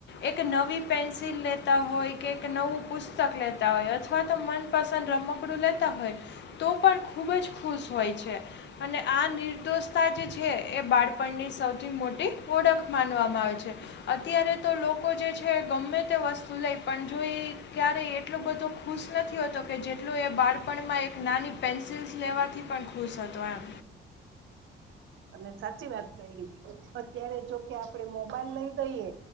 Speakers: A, on the left (about 65°); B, on the right (about 75°).
A: એક નવી પેન્સિલ લેતા હોય કે એક નવું પુસ્તક લેતા હોય અથવા તો મન પસંદ રમકડું લેતા હોય તો પણ ખૂબ જ ખુશ હોય છે અને આ નિર્દોષતા જે છે એ બાળપણની સૌથી મોટી ઓળખ માનવામાં આવે છે અત્યારે તો લોકો લોકો જે છે ગમે તે વસ્તુ લઈ પણ જો એ ક્યારેય એટલો બધો ખુશ નથી હોતો કે જેટલું એ બાળપણમાં એક નાની પેન્સિલ્સ લેવાથી પણ ખુશ હતો એમ
B: અને સાચી વાત કરલી અત્યારે જોકે આપણે મોબાઈલ લઈ દઈએ